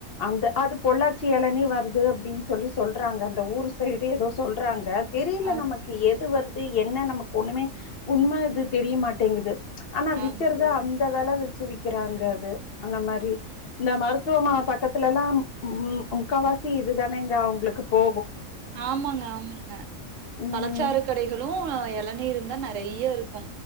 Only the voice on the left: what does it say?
அந்த அது பொள்ளாச்சி இலனி வருது அப்படின் சொல்லி சொல்றாங்க அந்த ஊர் சைடே ஏதோ சொல்றாங்க தெரியல
நமக்கு எது வரு என்ன நமக்கு ஒண்ணுமே உண்ம அது தெரிய மாட்டேங்குது ஆனா விக்கறத
அந்த வில வித் வச்சி விக்கிறாங்க அது அந்த மாரி இந்த மருத்துவமன பக்கத்துலல்லாம் முக்காவாசி இதுதானே அவங்களுக்கு போ
ம்